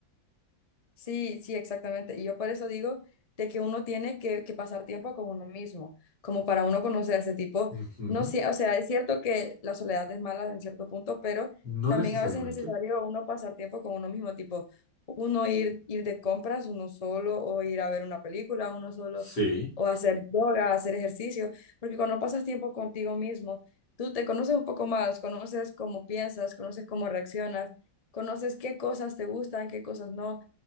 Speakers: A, on the left (about 35°); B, on the left (about 55°).
A: Sí, sí, exactamente. Y yo por eso digo de que uno tiene que, que pasar tiempo con uno mismo, como para uno conocerse, tipo,
B: Ujú.
A: no sé, o sea, es cierto que la soledad es mala en cierto punto, pero
B: No
A: también
B: necesariamente.
A: a veces es necesario uno pasar tiempo con uno mismo, tipo, uno ir, ir de compras uno solo, o ir a ver una película uno solo,
B: Sí,
A: o hacer yoga, hacer ejercicio, porque cuando pasas tiempo contigo mismo, tú te conoces un poco más, conoces cómo piensas, conoces cómo reaccionas, conoces qué cosas te gustan, qué cosas no